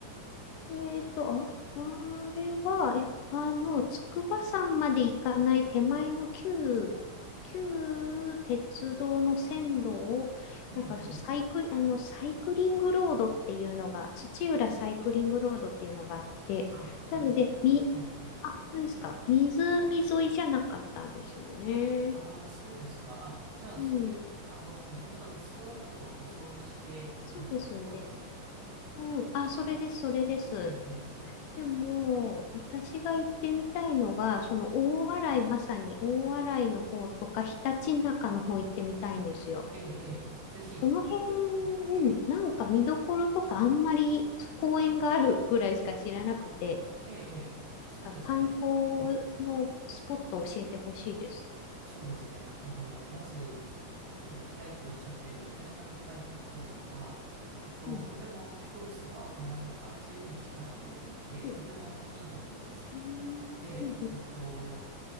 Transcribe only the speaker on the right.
ええ、
ええ。
あ、聞いたことある。
はい、はい。
ああ、そうですか。あ、じゃあ、
そういう、あの、もともと鉄道だったところ舗装してやったところですね、
多分。
ええ、ええ、そうですね。
ええ、ええ、ぜひ。
うん。
ええ、ええ、そうですね。
うん。
そうですね。あの、まず、今度行きたいっておっしゃってるひたちなか海浜公園は、えっと、
とても植物とかお花とか、そういうのに力を入れていて、
とてもいいところです。
で、えっと、